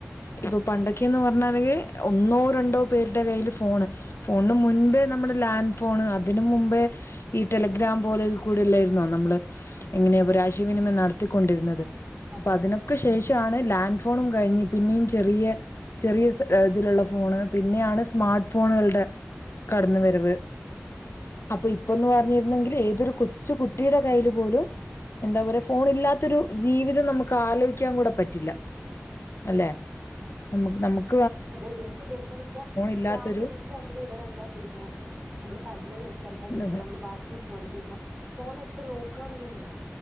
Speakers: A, on the left; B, on the right.
A: ഇപ്പൊ പണ്ടൊക്കെയെന്ന് പറ ഞ്ഞ് കഴിഞ്ഞാൽ ഒന്നോ രണ്ടോ പേരുടെ കയ്യില് ഫോണ് ഫോണിന് മുൻപേ നമ്മള് ലാൻഡ് ഫോണ് അതിന് മുമ്പേ ഈ ടെലഗ്രാം പോലെ ഒരു ഇതിൽ കൂടി അല്ലാരു ന്നൊ നമ്മള് എങ്ങനെയ ഒരാശയവിനിമയം നടത്തിക്കൊണ്ടിരുന്നത്
B: അതെ
A: അപ്പൊ അതിനൊക്ക
B: അതെ ഉം
A: ശേഷമാണ് ലാൻഡ ഫോണും കഴിഞ്ഞ് പിന്നെയും ചെറിയ ചെറിയ ഇതിലുള്ള ഫോണ് പിന്നെയാണ് സ്മാർട്ട് ഫോണുകളുടെ കടന്ന വരവ്
B: അതെ
A: അപ്പൊ ഇപ്പൊന്ന് പറ പറഞ്ഞരുന്നെങ്കിൽ ഏതൊരു കൊച്ചു കുട്ടിയുടെ കയ്യിൽ പോലും എന്താ പറ ഫോൺ ഇല്ലാത്തൊരു ജീവിതം നമുക്ക് ആലോചിക്കാൻ കൂടെ പറ്റില്ല അല്ലെ നമുക്ക് നമുക
B: അതെത് നമുക്ക് ദിവസം ഇപ്പം
A: ഇല്ലാത്തൊരു
B: രാവിലെ എണീറ്റ് നമ്മൾ ഉടനെ എന്താ ചെയ്യുന്നത് നമ്മള് പല്ല് തെക്കല്ല ചെയ്യന്നെ
A: ഇത്
B: നമ്മള് ബാത്റൂം പോകല്ല ചെയ്യുന്ന ഫോൺ എടുത്ത് നോക്ക നോക്കാണ് ചെയ്യുണത് അ